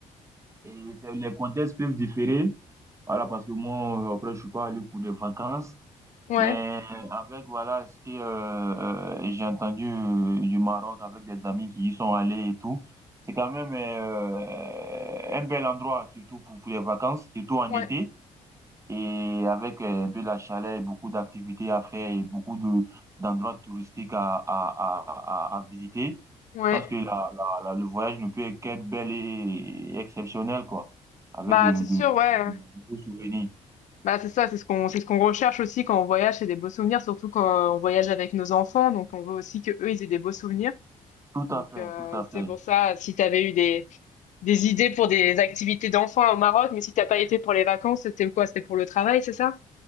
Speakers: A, on the right; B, on the left.
A: Et c'est- les contextes peuvent différer. Voilà, parce que moi, euh, après, je suis pas allé pour des vacances.
B: ouais,
A: Mais avec, voilà, ce que euh, euh, j'ai entendu euh, du Maroc avec des amis qui y sont allés et tout, c'est quand même euh, un bel endroit, surtout pour, pour les vacances, surtout en
B: ouais,
A: été et avec euh, un peu la chaleur et beaucoup d'activités à faire et beaucoup de d'endroits touristiques à, à, à, à à visiter,
B: ouais.
A: je pense que la, la, la- le voyage ne peut qu'être bel et exceptionnel, quoi, avec
B: Bah
A: de,
B: c'est sûr,
A: de, de,
B: ouais.
A: de beaux souvenirs.
B: Bah, c'est ça, c'est ce qu'on, c'est ce qu'on recherche aussi quand on voyage, c'est des beaux souvenirs, surtout quand on voyage avec nos enfants. Donc, on veut aussi que eux, ils aient des beaux souvenirs.
A: Tout
B: Donc,
A: à fait,
B: euh,
A: tout à fait.
B: c'est pour ça, si tu avais eu des, des idées pour des activités d'enfants au Maroc, mais si t'as pas été pour les vacances, c'était quoi? C'était pour le travail, c'est ça?